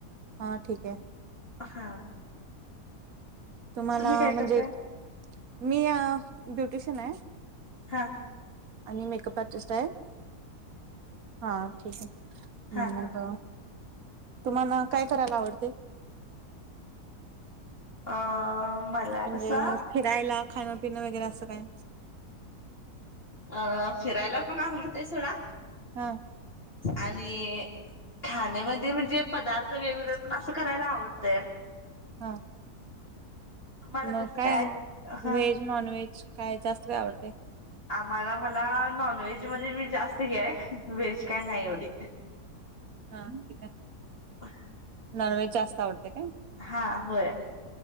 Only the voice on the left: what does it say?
हा.
तुम्ही काय
करताय
हां.
हा
हा
अ मला
कसं
अ- फिरायला पण आवडतेय सोडा.
आणि? खाण्यामध्ये म्हणजे पदार्थ वेगवेगळे पण असं करायला आवडतयं.
तुम्हाला
कसं
हा
आम्हाला मला नॉन व्हेज मध्ये मी जास्त हे व्हेज काय नाही एवढी.
ह.
हा होय.